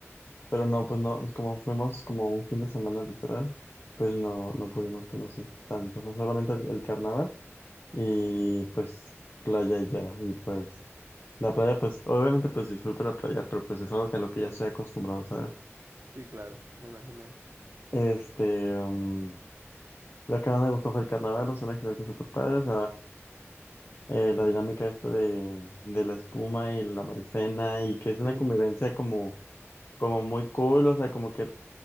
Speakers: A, on the left; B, on the right.
A: pero no, pues no, como fuimos como un fin de semana literal, pues no, no pudimos conocer tanto. O sea, solamente el, el carnaval y pues playa y ya. Y pues la playa, pues obviamente pues disfruto la playa, pero pues es algo que a lo que ya estoy acostumbrado, ¿sabes?
B: Sí, claro, me imaginé.
A: Este, um, lo que más me gustó fue el carnaval, son experiencias súper padres. eh, la dinámica esta de, de la espuma y la maicena y que es una
B: Sí,
A: convivencia como, como muy cool, o sea, como que